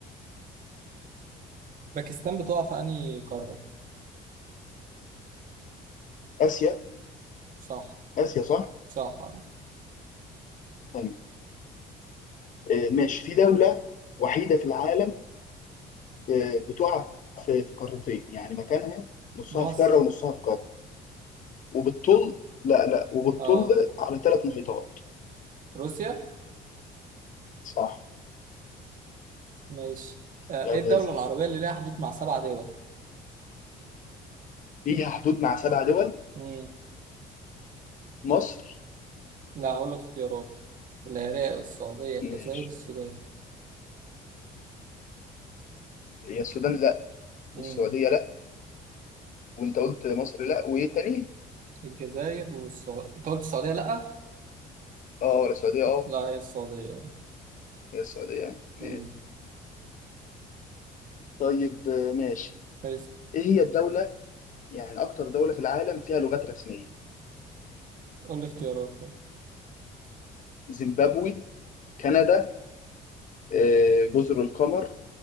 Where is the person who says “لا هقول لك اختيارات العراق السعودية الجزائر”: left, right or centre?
Right